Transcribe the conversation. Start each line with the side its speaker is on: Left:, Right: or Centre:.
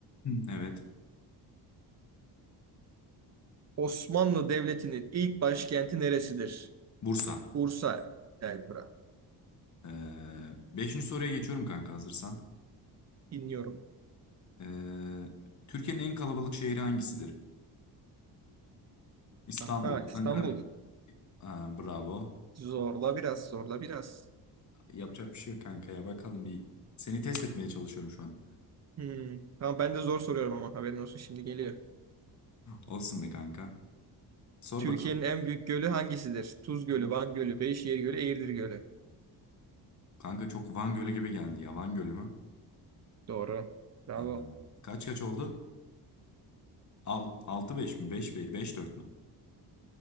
Left: Hı, Evet,
Right: Osmanlı Devleti'nin ilk başkenti neresidir?
Left: Bursa.
Right: Bursa, Elbra.
Left: Ee, beşinci soruya geçiyorum kanka hazırsan.
Right: Dinliyorum.
Left: Ee, Türkiye'nin en kalabalık şehri hangisidir? İstanbul,
Right: Kanka İstanbul.
Left: Ankara. Aa, bravo.
Right: Zorla biraz, zorla biraz.
Left: Yapacak bir şey yok kanka ya. Bakalım bir seni test etmeye çalışıyorum şu an.
Right: Hmm. Tamam ben de zor soruyorum ama haberin olsun şimdi geliyor.
Left: Olsun be kanka. Sor
Right: Türkiye'nin
Left: bakalım.
Right: en büyük gölü hangisidir? Tuz Gölü, Van Gölü, Beyşehir Gölü, Eğirdir Gölü.
Left: Kanka çok Van Gölü gibi geldi ya. Van Gölü mü?
Right: Doğru. Bravo.
Left: Aa, kaç kaç oldu? Al, altı beş mi? beş dört mü?